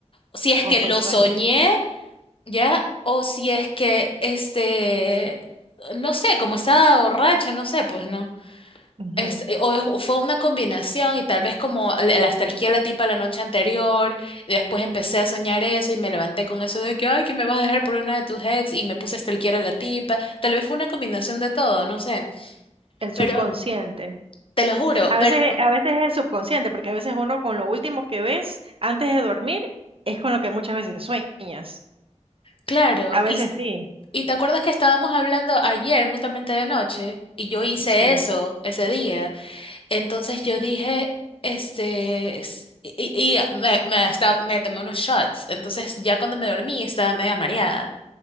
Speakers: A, on the left; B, on the right.
A: si es
B: O
A: que
B: fue
A: lo
B: el sueño.
A: soñé, ¿ya? O si es que este, no sé, como estaba borracha, no sé, pues no.
B: Ujú.
A: Es, eh, o es- o fue una combinación y tal vez como l- la estalquía a la tipa la noche anterior, y después empecé a soñar eso y me levanté con eso de que, ay, que me vas a dejar por una de tus ex y me puse a stalkear a la tipa, tal vez fue una combinación de todo, no sé,
B: El
A: pero
B: subconsciente.
A: te lo juro,
B: A
A: pero
B: veces, a veces es el subconsciente, porque a veces uno con lo último que ves antes de dormir es con lo que muchas veces sueñas.
A: claro,
B: A veces
A: y, s-
B: sí,
A: y te acuerdas que estábamos hablando ayer justamente de noche y yo hice
B: sí,
A: eso ese día, entonces yo dije, este... es- Y, y- y me, me, hasta, me tomé unos shots, entonces ya cuando me dormí estaba media mareada.